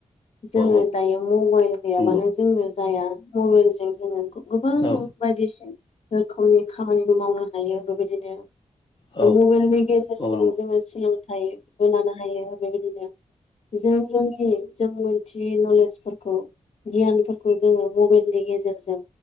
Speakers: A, on the left; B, on the left.
A: जोंङो
B: औ औ
A: दायो मबाइल गैयाबानो
B: नंगौ
A: जोंनो जाया मबाइल- जों जोङो गोबां
B: औ
A: बायदिसिन रोखोमनि खामानिबो मावनो हायो बेबायदिनो
B: औ
A: मबाइलनि गेजेरजों
B: औ नंगौ
A: जोंङो सों थाइबो लानो हायो बेबायदिनो जों जोंनि जों मोनथियै नलेजफोरखौ गियानफोरखौ जोंङो मबाइलनि गेजेर जों